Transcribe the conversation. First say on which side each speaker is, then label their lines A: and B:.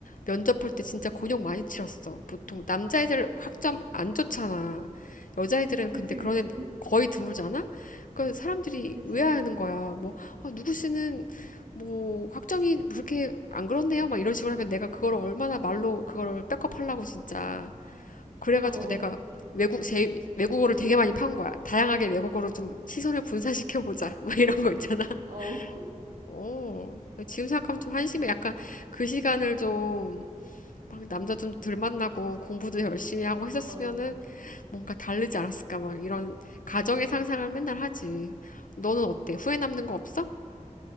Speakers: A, on the left (about 75°); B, on the right (about 85°).
A: 면접 볼 때 진짜
B: 응
A: 곤욕 많이 치렀어. 보통 남자애들 학점 안 좋잖아. 여자애들은
B: 그치,
A: 근데 그런
B: 그치,
A: 애 거의 드물잖아? 그러니까 사람들이
B: 그치.
A: 의아해하는 거야. 뭐, 아, 누구 씨는 뭐 학점이 그렇게 안 그렇네요? 막 이런 식으로 하면 내가 그걸 얼마나 말로 그걸 백업하려고 진짜. 그래가지고
B: 어,
A: 내가 외국, 제, 외국어를 되게 많이 판 거야. 다양하게 외국어로 좀 시선을 분산시켜보자. <laughs> 막 이런 거 있잖아. <laughs>
B: 어,
A: 어, 지금 생각하면 좀 한심해. 약간 그 시간을 좀, 막 남자 좀 덜 만나고 공부도 열심히 하고 했었으면은
B: 어.
A: 뭔가 다르지 않았을까. 막 이런 가정의 상상을 맨날 하지. 너는 어때? 후회 남는 거 없어?